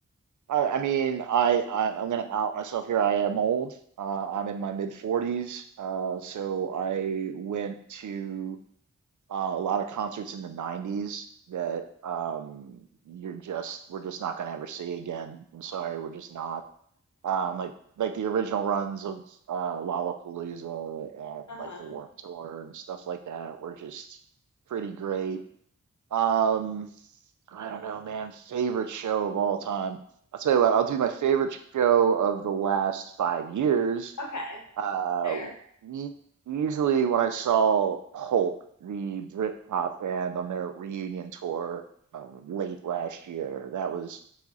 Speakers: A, on the right (about 85°); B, on the left (about 75°).
A: I, I mean, I, I I'm gonna out myself here. I am old. Uh, I'm in my mid 40s. Uh, so I went to uh, a lot of concerts in the 90s that um you're just we're just not gonna ever see again. I'm sorry, we're just not. Um, like like the original runs of uh, Lollapalooza and
B: Uh-huh.
A: like the Warped Tour and stuff like that were just pretty great. Um, I don't know, man. Favorite show of all time. I'll tell you what, I'll do my favorite show of the last five years.
B: Okay.
A: Uh,
B: Fair.
A: e- easily when I saw Hulk, the Britpop band, on their reunion tour um, late last year. That was